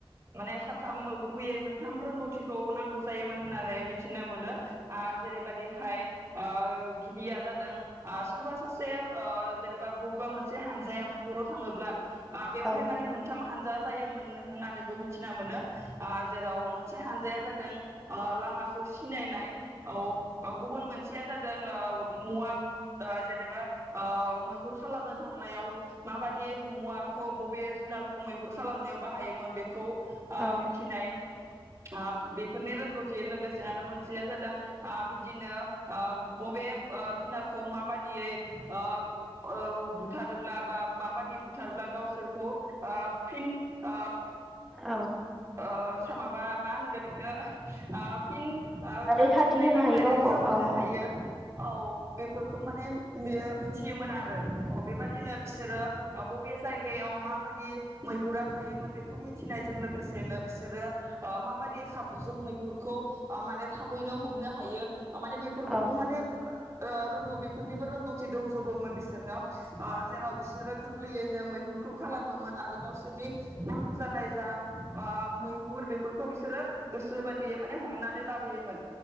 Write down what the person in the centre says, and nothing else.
औ
औ
औ
रैखाथि
होनो हायो गावखौ
औ औ
औ